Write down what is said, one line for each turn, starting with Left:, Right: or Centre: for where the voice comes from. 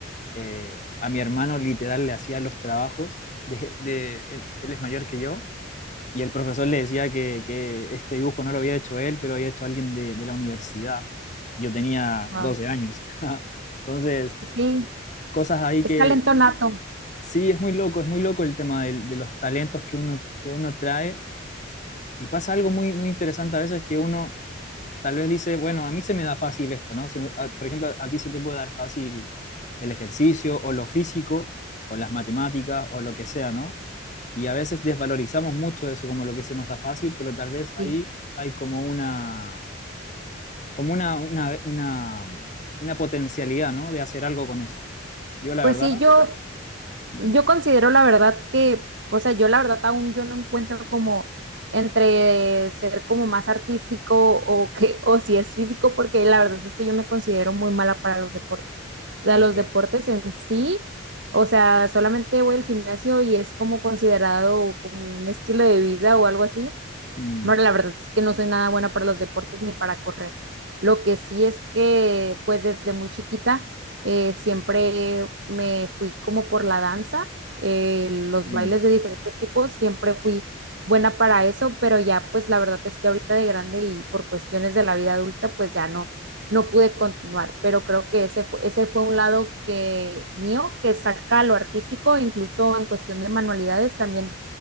Left: Eh, a mi hermano literal le hacía los trabajos. de, de- él él es mayor que yo y el profesor le decía que, que este dibujo no lo había hecho él, que lo había hecho alguien de, de la universidad. Yo tenía
Right: Wow.
Left: 12 años. <laughs> Entonces,
Right: Sí,
Left: cosas ahí
Right: es
Left: que
Right: talento nato.
Left: sí, es muy loco, es muy loco el tema del- de, los talentos que uno, que uno trae. Y pasa algo muy, muy interesante a veces que uno tal vez dice, bueno, a mí se me da fácil esto, ¿no? Se me- a- por ejemplo, a ti se te puede dar fácil el ejercicio o lo físico o las matemáticas o lo que sea, ¿no? Y a veces desvalorizamos mucho eso como lo que se nos da fácil, pero tal vez ahí
Right: Sí.
Left: hay como una, como una, una, una, una potencialidad, ¿no? De hacer algo con eso. Yo la
Right: Pues
Left: verdad,
Right: sí, yo
Left: Mm,
Right: Yo considero la verdad que, o sea, yo la verdad aún yo no encuentro como entre ser como más artístico o que, o si es físico, porque la verdad es que yo me considero muy mala para los deportes. O sea,
Left: ok,
Right: los deportes en sí, o sea, solamente voy al gimnasio y es como considerado como un estilo de vida o algo así.
Left: mm,
Right: Bueno, la verdad es que no soy nada buena para los deportes ni para correr. Lo que sí es que, pues desde muy chiquita, eh, siempre me fui como por la danza, eh, los
Left: qué lindo,
Right: bailes de diferentes tipos, siempre fui buena para eso, pero ya, pues la verdad es que ahorita de grande y por cuestiones de la vida adulta, pues ya no, no pude continuar. Pero creo que ese fue, ese fue un lado que mío, que saca lo artístico, incluso en cuestión de manualidades, también